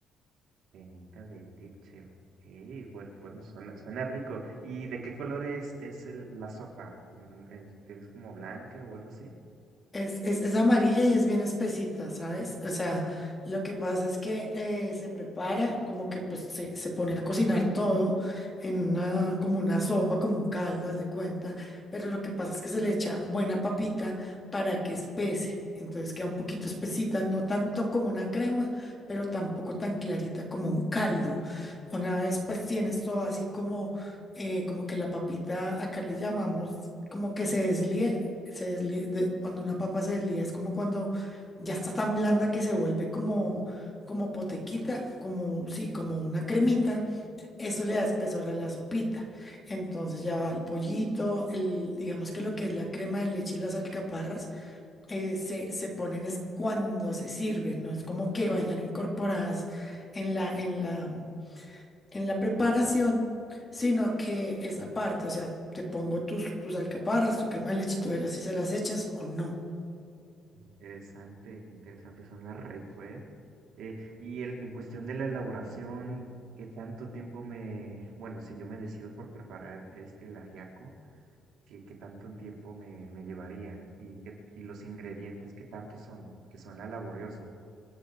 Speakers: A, on the right; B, on the left.
A: Cremita de leche, ok. Pues bueno, suena, suena rico. ¿Y de qué color es, es el- la sopa? Mm, mm, ¿Es, es como blanca o algo así?
B: Es, es, es amarilla y es bien espesita, ¿sabes? O sea, lo que pasa es que eh, se prepara, como que pues se, se pone a cocinar todo en una, como una sopa, como un caldo, haz de cuenta, pero lo que pasa es que se le echa buena papita para que espese, entonces queda un poquito espesita, no tanto como una crema, pero tampoco tan clarita como un caldo. Una vez pues tienes todo así como eh, como que la papita, acá le llamamos como que se deslíe, se deslíe, de- cuando una papa se deslía es como cuando ya está tan blanda que se vuelve como, como potequita, como, sí, como una cremita, eso le da espesor a la sopita. Entonces ya va el pollito, el, digamos que lo que es la crema de leche y las alcaparras, eh, se, se ponen es cuando se sirven, no es como que vayan incorporadas en la, en la en la preparación, sino que esa parte, o sea, te pongo tus, tus alcaparras, tu crema de leche, tú verás si se las echas o no.
A: Interesante, interesante, suena rico, ¿eh? Eh, y el, en cuestión de la elaboración, ¿qué tanto tiempo me... Bueno, si yo me decido por preparar este el ajiaco, qué, qué tanto un tiempo me, me llevaría y, qué, y los ingredientes qué tanto son, porque suena laborioso.